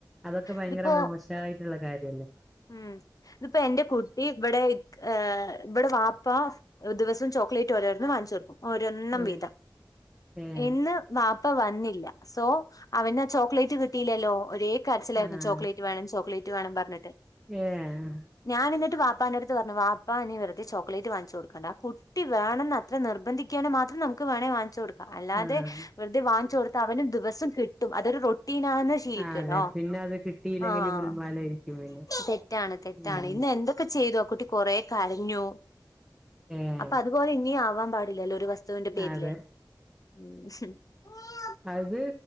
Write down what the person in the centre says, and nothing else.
അതൊക്കെ ഭയങ്കര
മോശമായിട്ടുള്ള കാര്യല്ലേ
ഏഹ്
ഏഹ്
ആഹ്
ഏഹ്
ആഹ്
അതെ പിന്നെ അത് കിട്ടിയില്ലെങ്കില്
ഗുൽമാലായിരിക്കും പിന്നെ
ഉം
ഏഹ്
അതെ
അത്